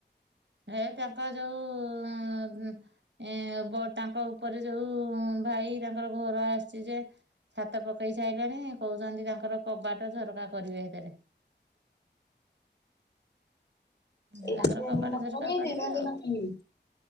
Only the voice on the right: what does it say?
ହେ ତାଙ୍କର ଯଉ ଉଁ ଉଁ ଏ ବ ତାଙ୍କ ଉପରେ ଯୋଉଁ ଭାଇ ତାଙ୍କର ଘର ଆସଚି ଯେ ଛାତ ପକେଇ ସାରିଲାଣି କହୁଚନ୍ତି ତାଙ୍କର କବାଟ ଝରକା କରିବେ ସେଇଥିରେ। ତାଙ୍କର
କବାଟ
ଝରକା
କରିବେ
ଆଉ